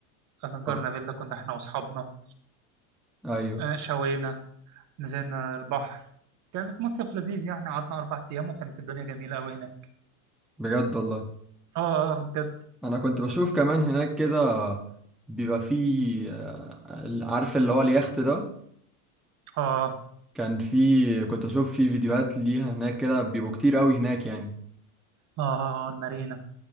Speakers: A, on the right; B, in the centre.
A: أجرنا
B: آه.
A: فيلا كنا إحنا وأصحابنا
B: ايوه
A: آه شوينا نزلنا البحر كانت مصيف لذيذ يعني قعدنا أربع أيام وكانت الدنيا جميلة أوي هناك
B: بجد والله
A: آه آه بجد
B: انا كنت بشوف كمان هناك كده بيبقى فيه آه، عارف اللي هو اليخت ده
A: آه
B: كان فيه كنت اشوف فيه فيديوهات ليها هناك كده بيبقوا كتير قوي هناك يعني
A: آه آه، آه، المارينا